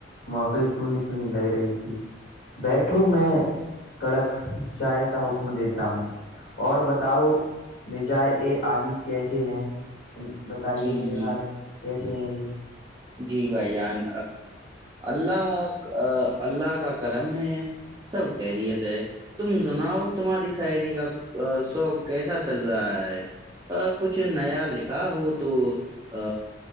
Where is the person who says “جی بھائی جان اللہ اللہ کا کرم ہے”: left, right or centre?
Right